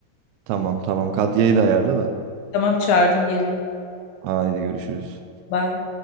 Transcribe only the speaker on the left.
Tamam, çağırdım geliyor.
Bye.